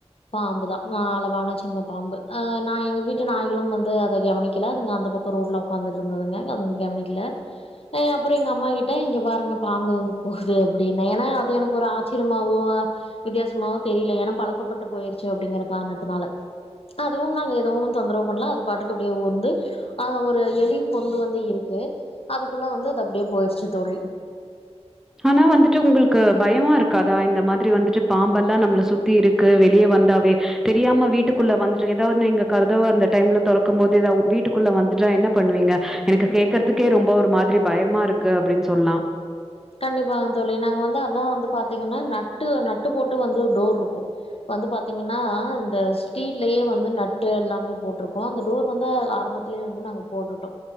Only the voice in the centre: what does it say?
ஆனா வந்துட்டு உங்களுக்கு பயமா இருக்காதா இந்த மாதிரி வந்துட்டு பாம்பெல்லா நம்பள சுத்தி இருக்கு வெளியே வந்தாவே தெரியாம வீட்டுக்குள்ள வந்துட்டு ஏதாவது நீங்க கதவ அந்த டைம்ல தெறக்கு போது ஏதாவது வீட்டுக்குள்ள வந்துட்டா என்ன பண்ணுவீங்க எனக்கு கேக்குறதுக்கே ரொம்ப ஒரு மாரி பயமா இருக்கு அப்புடின்னு சொல்லா